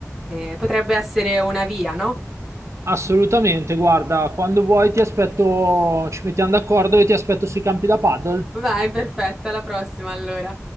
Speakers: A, in the centre; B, on the right.
A: Eh, potrebbe essere una via, no?
B: Assolutamente, guarda, quando vuoi ti aspetto, ci mettiamo d'accordo e ti aspetto sui campi da paddle.
A: Vai, perfetto, alla prossima allora.